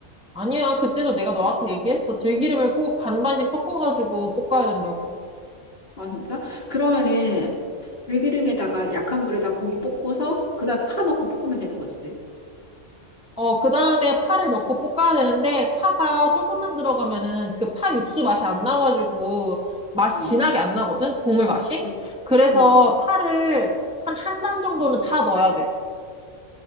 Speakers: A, in the centre; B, on the left.
A: 아니야, 그때도 내가 너한테 얘기했어. 들기름을 꼭 반반씩 섞어가지고 볶아야 된다고.
B: 아, 진짜? 그러면은 들기름에다가 약한 불에다 고기 볶고서 그다음 파 넣고 볶으면 되는 거지.
A: 어, 그 다음에 파를 넣고 볶아야 되는데 파가 조금만 들어가면은 그 파 육수 맛이 안 나가지고 맛이
B: 음,
A: 진하게 안 나거든? 국물 맛이?
B: 음,
A: 그래서
B: 음.
A: 파를 한 한 단 정도는 다 넣어야 돼.